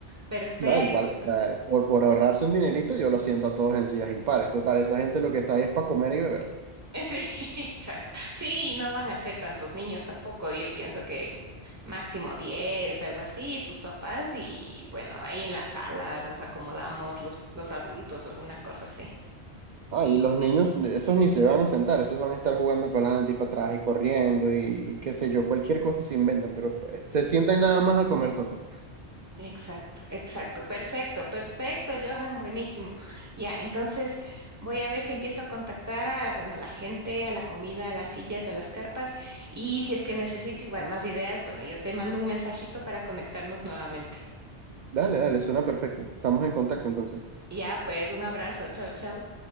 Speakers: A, on the right; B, on the right.
A: Perfecto.
B: No, igual, o sea,
A: <laughs>
B: por, por ahorrarse un dinerito, yo lo siento a todos en sillas impares. Total, esa gente lo que está ahí es para comer y beber.
A: Sí, exacto. Sí, y no van a ser tantos niños tampoco. Yo pienso que máximo 10 algo así, y sus papás y bueno, ahí en la sala nos acomodamos los, los adultos o alguna cosa así.
B: Ah, y los niños, esos ni se van a sentar, esos van a estar jugando para adelante y para atrás y corriendo y, y qué sé yo, cualquier cosa se inventan, pero eh, se sientan nada más a comer torta.
A: Exacto, exacto, perfecto, perfecto, Johan, buenísimo. Ya, entonces voy a ver si empiezo a contactar a, bueno, a la gente, a la comida, a las sillas, a las carpas y si es que necesito igual más ideas, bueno, yo te mando un mensajito para conectarnos nuevamente.
B: Dale, dale, suena perfecto. Estamos en contacto entonces.
A: Ya, pues, un abrazo, chao, chao.